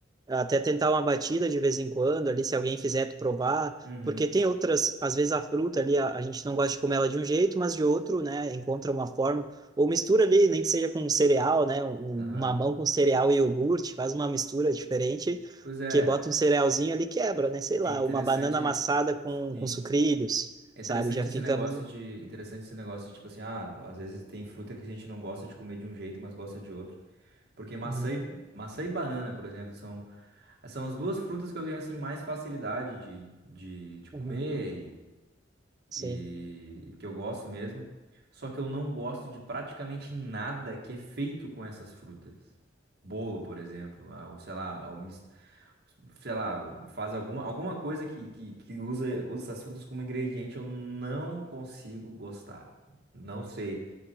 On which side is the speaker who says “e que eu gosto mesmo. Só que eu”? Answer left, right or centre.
Right